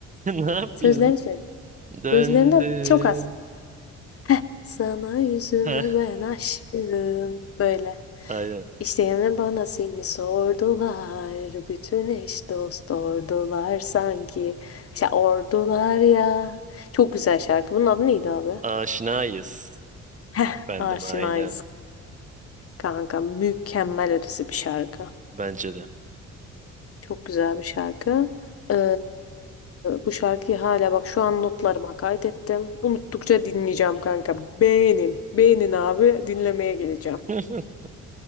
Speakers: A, on the right; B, on the left.
A: Ne yapıyorsun?
B: Sözlerini söyle.
A: Döndüm.
B: Sözlerinden çok az. Heh. Sana yüzümü
A: Heh,
B: ben aşkım. Böyle.
A: Aynen.
B: İşte yine bana seni sordular, bütün eş dost ordular sanki. İşte ordular ya. Çok güzel şarkı. Bunun adı neydi abi?
A: Aşinayız.
B: Heh,
A: Efendim
B: Aşinayız
A: aynen.
B: kanka. Mükemmel ötesi bir şarkı.
A: Bence de.
B: Çok güzel bir şarkı. Ee, bu şarkıyı hala bak şu an notlarıma kaydettim. Unuttukça dinleyeceğim kanka. Beğenin. Beğenin abi. Dinlemeye geleceğim.
A: <laughs>